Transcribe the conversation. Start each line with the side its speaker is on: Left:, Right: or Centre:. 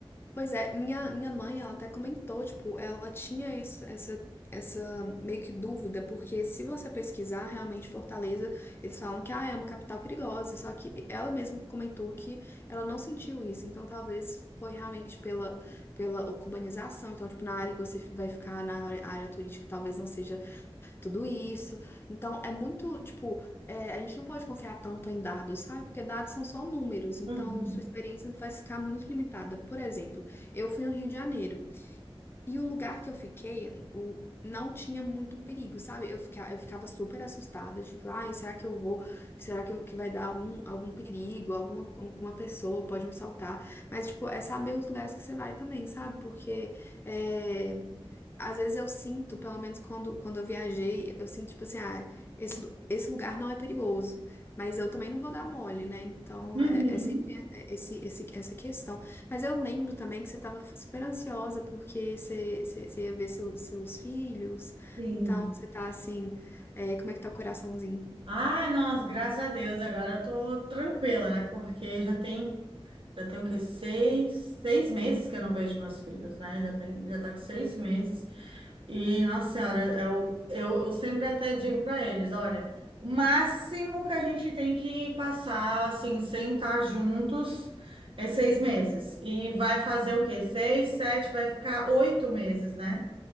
Left: Pois é, minha, minha mãe, ela até comentou, tipo, ela tinha esse- essa, essa meio que dúvida, porque se você pesquisar realmente Fortaleza, eles falam que, ah, é uma capital perigosa, só que ela mesma comentou que ela não sentiu isso, então talvez foi realmente pela, pela urbanização, então, tipo, na área que você vai ficar, na área área turística, talvez não seja tudo isso. Então, é muito, tipo, é, a gente não pode confiar tanto em dados, sabe? Porque dados são só números, então
Right: Uhum.
Left: sua experiência vai ficar muito limitada. Por exemplo, eu fui no Rio de Janeiro. E o lugar que eu fiquei, o, não tinha muito perigo, sabe? Eu ficava, eu ficava super assustada, tipo, ai, será que eu vou? Será que, eu- que vai dar algum, algum perigo? Alguma, alguma pessoa pode me assaltar? Mas, tipo, é saber os lugares que você vai também, sabe? Porque é, às vezes eu sinto, pelo menos quando, quando eu viajei, eu sinto, tipo assim, ah, esse, lu- esse lugar não é perigoso. Mas eu também não vou dar mole, né? Então,
Right: Uhum.
Left: é, é sempre esse, esse, essa questão. Mas eu lembro também que você estava super ansiosa porque você, você, você ia ver seu- seus filhos.
Right: Sim.
Left: Então você tá assim, é, como é que tá o coraçãozinho?
Right: Ai, nossa, graças a Deus, agora eu tô tranquila, né? Porque já tem, já tem o quê? Seis, seis meses que eu não vejo meus filhos, né? Já tem, já tá com seis meses. E, nossa senhora, eu, eu, eu sempre até digo para eles, olha, o máximo que a gente tem que passar, assim, sem estar juntos, é seis meses. E vai fazer o quê? Seis, sete, vai ficar oito meses, né?